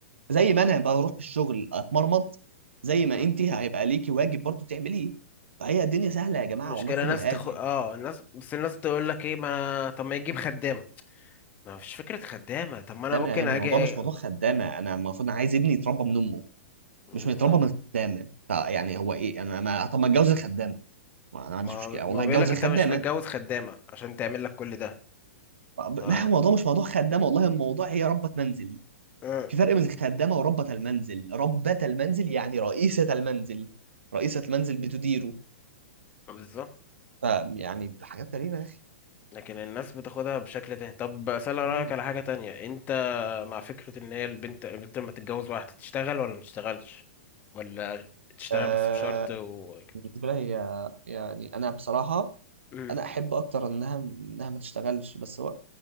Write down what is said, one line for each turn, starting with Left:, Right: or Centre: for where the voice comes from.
Right: زي ما انا بروح الشغل اتمرمط زي ما
Left: مم.
Right: انت هيبقى ليكي واجب برضو تعمليه فهي الدنيا سهله يا جماعه
Left: مشكلة
Right: والله خدوا
Left: ناس
Right: هادي
Left: تخ... اه
Right: يعني
Left: الناس بس الناس تقول لك ايه ما طب ما يجيب خدامة ما فيش فكرة خدامة طب ما انا
Right: ده م-
Left: ممكن
Right: يعني الموضوع
Left: اجي
Right: مش موضوع
Left: أ-
Right: خدامه انا المفروض أنا عايز ابني يتربى من امه
Left: بالظبط
Right: مش متربى من خدامه فيعني هو ايه انا ما طب ما اتجوز الخدامه ما انا ما عنديش
Left: ما
Right: مشكله والله
Left: ما بيقول
Right: اتجوز
Left: لك
Right: الخدامه
Left: انت مش متجوز خدامة عشان تعمل لك كل ده
Right: طب
Left: ما
Right: ما هو الموضوع مش موضوع خدامه والله الموضوع هي ربة منزل
Left: آه،
Right: في فرق بين الخدامه وربة المنزل ربة المنزل يعني رئيسة المنزل رئيسة المنزل بتديره
Left: بالظبط
Right: فيعني حاجات غريبه يا اخي
Left: لكن الناس بتاخدها بشكل تاني طب اسأل رأيك
Right: مم.
Left: على حاجة تانية انت مع فكرة ان هي البنت البنت لما تتجوز واحدة تشتغل ولا ما تشتغلش ولا تشتغل
Right: آه
Left: بس بشرط و
Right: بالنسبه لي هي يعني انا بصراحه
Left: مم،
Right: انا احب اكتر انها انها ما تشتغلش بس هو